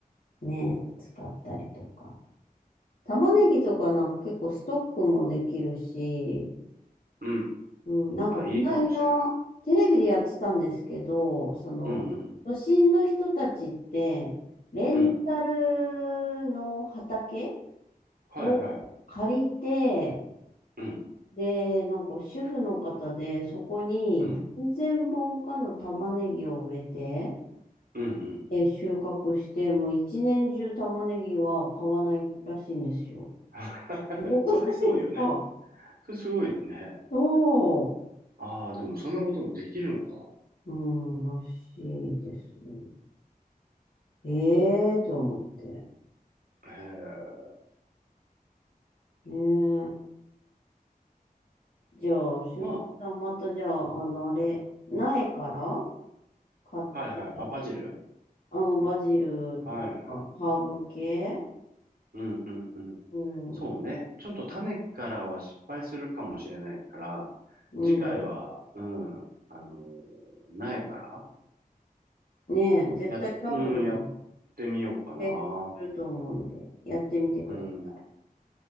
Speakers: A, on the left; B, on the right.
A: ね、使ったりとか。玉ねぎとかなんか結構ストックもできるし、
B: うん。
A: うん、なんかこの間、
B: あ、いいかもしれない。
A: テレビでやってたんですけど、その、
B: うんうん。
A: 都心の人たちって、レンタルの畑
B: うん。はいはい。
A: を借りて、
B: うん。
A: で、なんか主婦の方で、そこに何千本かの玉ねぎを植えて、
B: うん。うんうん。
A: で、収穫して、もう一年中玉ねぎは買わないらしいんですよ。
B: <laughs>
A: すごくないですか
B: それすごいよね。それすごいね。
A: そ
B: ああ、でもそんなこともできるのか。
A: う。うん、らしいですね。ええと思って。
B: へえ。
A: ねえ。じゃあ、しゅんさん、
B: ま
A: またじゃあ、あの、あれ、苗から買って、
B: あ、はいはい。あ、バジル
A: あの、バジルとか、
B: はいはい。
A: ハーブ系
B: うんうんうん。
A: うん。
B: そうね。ちょっと種からは失敗するかもしれないから、
A: うん。
B: 次回は、うん、あの苗から、
A: ねえ、絶対多分、
B: や、うん、やってみようかな。
A: 成功すると思うんで、やってみてください。
B: うん、